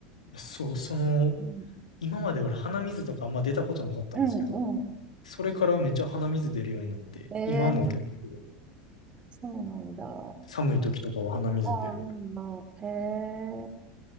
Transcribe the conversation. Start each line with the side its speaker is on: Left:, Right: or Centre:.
Left: <laughs> そう、その、
Right: うん、
Left: 今まで俺鼻水とかあんま出たことなかったんですけど、
Right: うん、うん。
Left: それからめっちゃ鼻水出るようになって、
Right: ええ
Left: 今も結構
Right: そうなんだ。あ
Left: 寒い時とかは鼻水出る。
Right: あ、うんまあ、へえ、